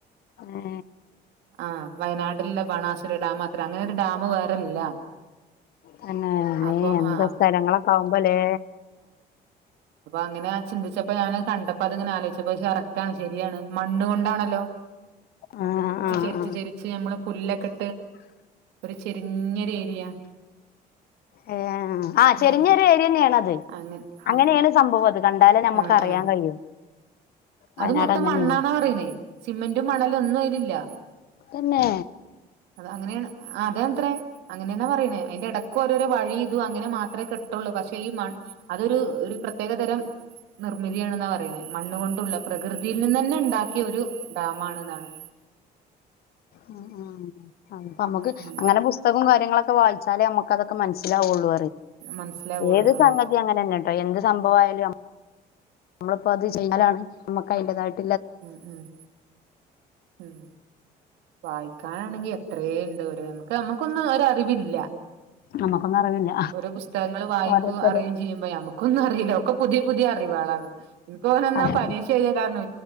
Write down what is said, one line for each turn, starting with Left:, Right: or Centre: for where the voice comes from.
Left: ഏ
Right: ആഹ വയനാട്ട- എല്ലാ ബണാസുര ഡാം മാത്രം അങ്ങന ഡാം വേറെ ഇല്ല
Left: തന്നെ നീ
Right: അപ്പൊ
Left: എന്താ
Right: ആ
Left: സ്ഥലങ്ങളൊക്കെ ആവുമ്പോലേ
Right: അങ്ങനെ ചിന്തിച്ചിട്ടില്ല അപ്പൊ ഞാന്ൻ കണ്ടപ്പോ അത്ങ്ങനെ ആലോചിച്ചപ്പ കറക്റ്റ് ആാണ് ശരിയാണ് മണ്ണണ് കൊണ്ടാണല്ലോ
Left: ആ ആ
Right: ചെരിച്ചു,
Left: ആ
Right: ചെരിച്ചു നമ്മുടെ പുല്ലൊക്കെ ഒരു ചെരിഞ്ഞൊരു ഏരിയ
Left: ഏ ആ
Right: ഉം
Left: ചെരിഞ്ഞൊരു ഏരിയ തന്നെയാാണ്ത്
Right: അങ്ങനെ
Left: അങ്ങനെയാണ്
Right: ഉം
Left: സംഭവം അത് കണ്ടാ - എന്തായാലും നമുക്ക്റിയൻ
Right: ആഹ് ആഹ്
Left: കഴിയും വയനാട്
Right: അത് മൊത്തം
Left: അങ്ങനെയാണ്
Right: മണ്ണാന്നാ പറയണേ സിമെന്റ മണ്ണെല്ലാം ഒന്നും അതിലില്ല ഇല്ലാ
Left: തന്നെ
Right: അത അങ്ങനെയാണ് ആ അതത്രേ അങ്ങനെന്നാ പറയണേ അതിന്റെ ഇടയ്ക്ക് ഓരോരോ വഴി ഇതു അങ്ങനെ മാത്രമേ കിട്ടുള്ളൂ പക്ഷെ ഈ മൺ അതൊ പ്രത്യേക തരം നിർമ്മിതിയണെന്നാ പറയുന്നത് മണ്ണണ് കൊണ്ടുള്ള പ്രകൃതിയിൽ നിന്ന് തന്നെ ഉണ്ടാക്കിയ ഒരു ഡാം ആണ എന്നാണ്
Left: ഉം നമുക്ക്
Right: ഉം
Left: അങ്ങനെ പുസ്തകം കാര്യങ്ങളൊക്കെ വായിച്ചാലേ നമ്മുക്ക് അതൊക്കെ മനസ്സിൽ ആയി ഉള്ളൂ
Right: മനസ്സിലാവുള്ളൂ
Left: ഏത്
Right: അതെ
Left: സംഗതി അങ്ങനെ തന്നെ കേട്ടോ എന്ത് സംഭവയാലും നമ്മളിപ്പോ അത് ചെയ്യാലാണ് നമുക്ക് അതിന്റിതായിട്ടുള്ള
Right: ഉം ഉം ഉം വായിക്കാനാണെങ്കി എത്രയ ഉണ്ട് <unintelligible> നമുക്കൊന്നും ഒരു അറിവില്ല
Left: നമ്മുക്കൊന്നും അറിവില്ല
Right: ഓരോ പുസ്തകങ്ങൾ വായിക്ക
Left: ഓരോരുത്തര്
Right: അറിയയും ചെയ്യുമ്പോ നമുക്ക് ഒന്നും അറിയില്ല ഒക്കെ പുതിയ പുതിയ അറിവാളാണ് എനിക്ക് ഓനാ
Left: അതെ
Right: പരീക്ഷ കാരണം